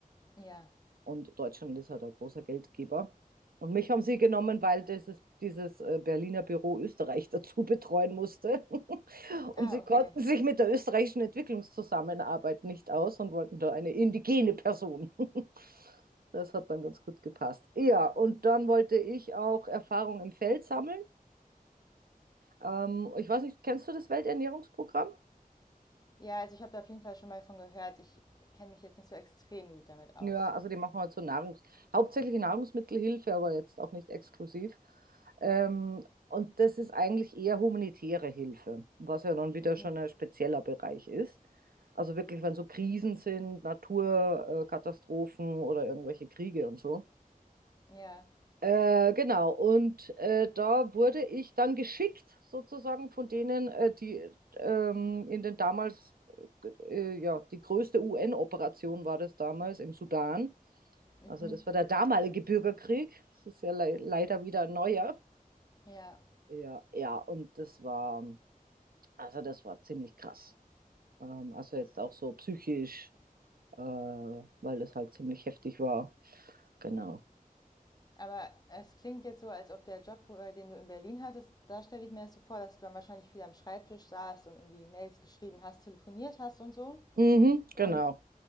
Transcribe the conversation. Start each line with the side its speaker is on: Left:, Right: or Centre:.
Left: ja.
Right: Und Deutschland ist halt ein großer Geldgeber. Und mich haben sie genommen, weil dieses, dieses äh, Berliner Büro Österreich <laughs> dazu betreuen musste. <laughs> Und
Left: Ah,
Right: sie
Left: okay.
Right: konnten sich mit der österreichischen Entwicklungszusammenarbeit nicht aus und wollten da eine indigene Person. <laughs> Das hat dann ganz gut gepasst. Ja, und dann wollte ich auch Erfahrung im Feld sammeln. Ähm, ich weiß nicht, kennst du das Welternährungsprogramm?
Left: Ja, also ich habe da auf jeden Fall schon mal von gehört. Ich kenne mich jetzt nicht so extrem gut damit aus.
Right: Ja, also die machen halt so Nahrungs, hauptsächlich Nahrungsmittelhilfe, aber jetzt auch nicht exklusiv. Ähm, und das ist eigentlich eher humanitäre Hilfe, was ja dann wieder
Left: Mhm.
Right: schon ein spezieller Bereich ist. Also wirklich, wenn so Krisen sind, Naturkatastrophen äh, oder irgendwelche Kriege und so.
Left: Ja.
Right: Äh, genau, und äh, da wurde ich dann geschickt, sozusagen von denen, äh, die ähm, in den damals, äh, ja, die größte UN-Operation war das damals im Sudan.
Left: Mhm.
Right: Also das war der damalige Bürgerkrieg. Das ist ja le leider wieder ein neuer.
Left: Ja.
Right: Ja, ja, und das war, also das war ziemlich krass. Ähm, also jetzt auch so psychisch, äh, weil das halt ziemlich heftig war. Genau.
Left: Aber es klingt jetzt so, als ob der Job, wo- äh, den du in Berlin hattest, da stelle ich mir das so vor, dass du dann wahrscheinlich viel am Schreibtisch saßt und irgendwie Mails geschrieben hast, telefoniert hast und so.
Right: Mhm,
Left: Und,
Right: genau.